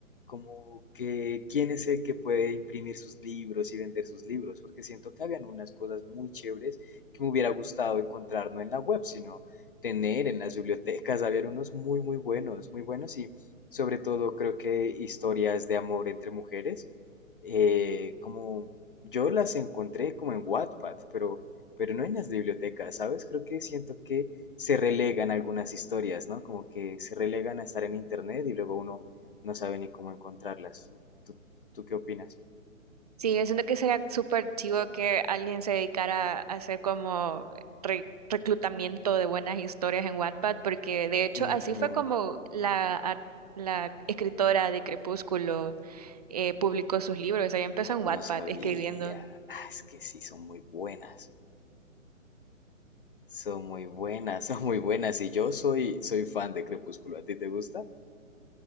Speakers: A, on the left (about 40°); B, on the right (about 30°).
A: Como que quién es el que puede imprimir sus libros y vender sus libros, porque siento que habían unas cosas muy chéveres que me hubiera gustado encontrar no en la web, sino tener en las bibliotecas. había unos muy, muy buenos, muy buenos y sobre todo creo que historias de amor entre mujeres. eh, como yo las encontré como en Wattpad, pero, pero no en las bibliotecas, ¿sabes? Creo que siento que se relegan algunas historias, ¿no? Como que se relegan a estar en internet y luego uno no sabe ni cómo encontrarlas. ¿Tú, tú, tú qué opinas?
B: Sí, yo siento que sería súper chivo que alguien se dedicara a hacer como re- reclutamiento de buenas historias en Wattpad, porque de hecho
A: Ujú.
B: así fue como la, a- la escritora de Crepúsculo eh, publicó sus libros. Ella empezó en
A: No
B: Wattpad
A: sabía.
B: escribiendo.
A: Ah, Es que sí, son muy buenas. Son muy buenas, <laughs> son muy buenas. Y yo soy, soy fan de Crepúsculo. ¿A ti te gusta?